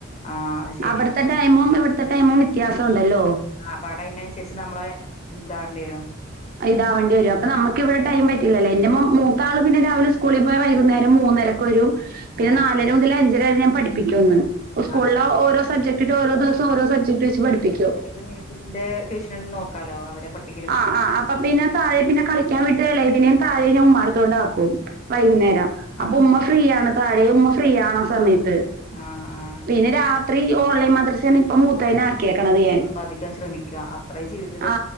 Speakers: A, on the left (about 30°); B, on the right (about 45°).
A: ആഹ് അത് ശരിയാ
B: അവിടുത്തെ ടൈമും ഇവിടുത്തെ ടൈമും വ്യത്യാസ ഉണ്ടല്ലോ
A: അപ്പ ആ ടൈമിനനുസരിച്ച് നമ്മള് ഇന്താവേണ്ടി വരും
B: ഇതാവണ്ടി വരും അപ്പ നമ്മക്കിവിടെ ടൈം പറ്റില്ലല്ലോ എന്റെ മൂത്ത ആൾ പിന്നെ രാവിലെ സ്കൂളി പോയ വൈകുന്നേരം മൂന്നര കൊരു പിന്നെ
A: ആഹ്
B: നാലര മുതൽ അഞ്ചര വരെ ഞാൻ പഠിപ്പിക്കുംന്ന് സ്കൂളിലെ
A: ആഹ്
B: ഓരോ സബ്ജക്ട് ഓരോ ദിവസം ഓരോ സബ്ജക്ട് വെച്ച് പഠിപ്പിക്കും
A: ന്നെ നിനക്ക് നിന്റെ ട്യൂഷൻ നോക്കാ ലോ അവരെ പഠിപ്പ്
B: ആ ആ അപ്പ പിന്നെ താഴെ പിന്നെ കളിക്കാൻ വിട്ട എളയതിനെ താഴേ ഉമ്മാട്ത്തൊണ്ടാക്കും വൈകുന്നേരം
A: ആഹ്
B: അപ്പൊ ഉമ്മ ഫ്രീയാണ് താഴെ ഉമ്മ ഫ്രീ ആണ് ആ സമയത്ത്
A: ആഹ് ആഹ്
B: പിന്നെ രാത്രി ഓൺലൈൻ മദ്രസാണ് ഇപ്പ മൂത്തേനെ ആക്കിയേക്കണത് ഞാൻ
A: പ്പധികം ശ്രമിക്ക ആഹ് അത്രയേ ജീവിതത്തിൽ
B: ആ